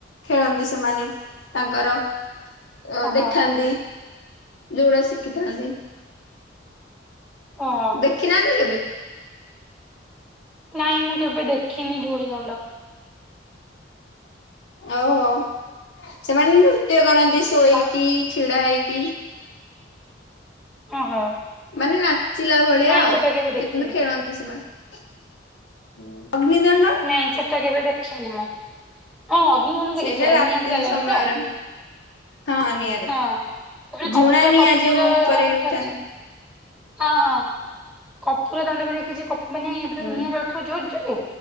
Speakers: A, on the left; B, in the centre.
A: ଖେଳନ୍ତି ସେମାନେ ତାଙ୍କର ଅ
B: ଓହୋ
A: ଦେଖାନ୍ତି। ଯୋଉଟା ଶିଖିଥାନ୍ତି।
B: <unintelligible>
A: ଦେଖିନାହାନ୍ତି କେବେ?
B: ନାଇଁ ମୁଁ କେବେ ଦେଖିନି ଧୂଳି ଦଣ୍ଡ।
A: ଓହୋ। ସେମାନେ ବି ନୃତ୍ୟ କର ନ୍ତି ସୋଇକି
B: ଆଉ
A: କି ଛିଡ଼ା ହେଇକି।
B: ଓହୋ।
A: ମାନେ ନାଚିଲା ଭଳିଆ
B: ନାଇଁ
A: ଆଉ।
B: ସେଟା କେବେ ଦେଖିନି
A: କିନ୍ତୁ ଖେଳନ୍ତି ସେମାନେ। ଅଗ୍ନି ଦଣ୍ଡ
B: ନାଇଁ ସେଟା କେବେ ଦେଖିନି ମୁଁ। ହଁ ଅଗ୍ନି ଦଣ୍ଡ
A: ସେଇଟା
B: ଦେଖିଚି।
A: ରାତ୍ରି
B: ନିଆଁରେ ଚାଲନ୍ତି
A: ସମୟରେ
B: ତ?
A: ହଁ ନିଆଁରେ
B: ହଁ। ତାପରେ
A: ଝୁଣା
B: କପୁର
A: ନିଆଁ
B: କପୁର
A: ଯୋଉ ଉପରେ
B: ଦଣ୍ଡ ବି
A: ଉଠାନ୍ତି।
B: ଅଛି। ହଁ ହଁ। କପୁର ଦଣ୍ଡ ବି ଦେଖିଚି। କ ମାନେ ପୁରା
A: ହୁଁ
B: ନିଆଁ ଜଳୁଥିବ ଜୋର ଜୋରେ